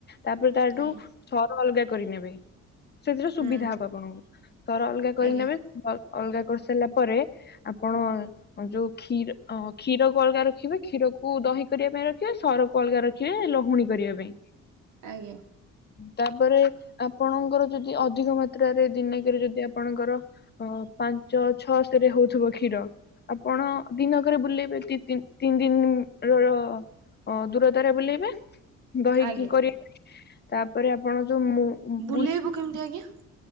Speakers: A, on the left; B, on the right.
A: ତାପରେ ତାଠୁ
B: ଆଜ୍ଞା
A: ସର ଅଲଗା କରିନେବେ। ସେଥିରେ ସୁବିଧା
B: ହୁଁ
A: ହବ ଆପଣଙ୍କୁ ସର ଅଲଗା କରିନେବେ
B: ଆଜ୍ଞା
A: ତ ଅଲଗା କରିସାରିଲା ପରେ ଆପଣ ଯୋଉ କ୍ଷୀର ଅ କ୍ଷୀରକୁ ଅଲଗା ରଖିବେ କ୍ଷୀରକୁ ଦହି କରିବା ପାଇଁ ରଖିବେ ସରକୁ ଅଲଗା ରଖିବେ ଲହୁଣୀ କରିବା ପାଇଁ।
B: ଆଜ୍ଞା
A: ତାପରେ ଆପଣଙ୍କର ଯଦି ଅଧିକ ମାତ୍ରାରେ ଦିନେକେରେ ଯଦି ଆପଣଙ୍କର ଅ ପାଞ୍ଚ ଛଅ <unintelligible> ହଉଥିବ କ୍ଷୀର ଆପଣ ଦିନ ବୁଲେଇବେ ତୀ-ତୀ ତିନି ଦିନ ର-ର ଦୂରତାରେ ବୁଲେଇବେ। ଦହିକି
B: ଆଜ୍ଞା
A: କରିବ ତାପରେ ଆପଣ ଯୋଉ ମୁ
B: ବୁଲେଇବୁ
A: ବୁଲ
B: କେମିତି ଆଜ୍ଞା